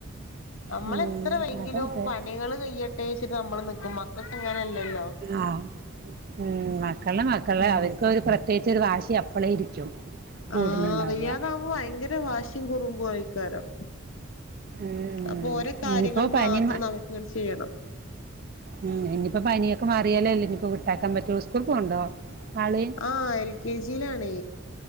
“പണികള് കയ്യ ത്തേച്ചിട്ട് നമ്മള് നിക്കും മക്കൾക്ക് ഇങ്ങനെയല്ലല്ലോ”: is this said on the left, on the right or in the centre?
Left